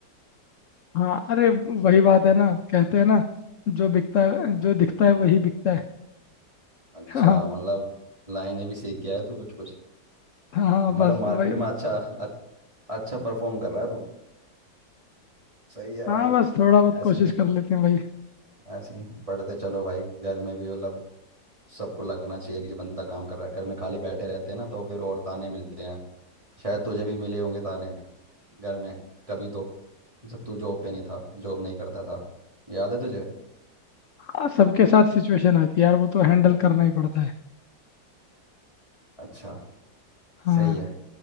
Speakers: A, on the left; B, on the right.
A: हाँ अरे वही बात है ना कहते हैं ना जो बिकता है जो दिखता है वही बिकता है
B: अच्छा
A: हाँ
B: मतलब लाइनें भी सीख गया है तू कुछ कुछ
A: हाँ
B: मतलब
A: बस
B: मार्केट
A: वही
B: में अच्छा अच- अच्छा परफॉर्म कर रहा है तू सही है
A: हाँ
B: भाई
A: बस थोड़ा बहुत
B: ऐसे
A: कोशिश कर लेते हैं भाई
B: ऐसे ही बढ़ते चलो भाई घर में भी मतलब सबको लगना चाहिए कि बंदा काम कर रहा है घर में खाली बैठे रहते हैं ना तो फिर और ताने मिलते हैं शायद तुझे भी मिले होंगे ताने घर में कभी तो जब तू जॉब पे नहीं था जॉब नहीं करता था याद है तुझे
A: हाँ सबके साथ सिचुएशन आती है यार वो तो हैंडल करना ही पड़ता है
B: अच्छा
A: हाँ
B: सही है